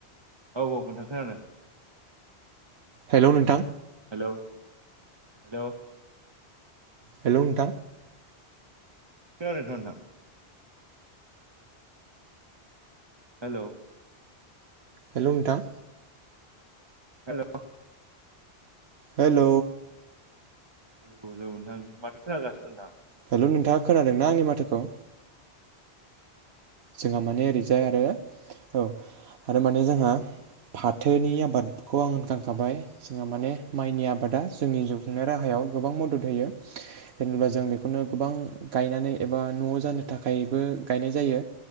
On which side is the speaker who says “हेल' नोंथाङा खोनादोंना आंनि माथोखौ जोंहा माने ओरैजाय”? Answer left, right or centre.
Right